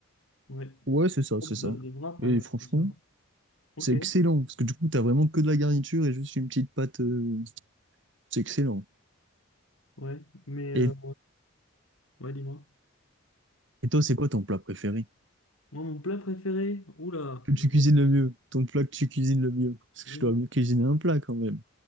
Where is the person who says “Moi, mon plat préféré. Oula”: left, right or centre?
Left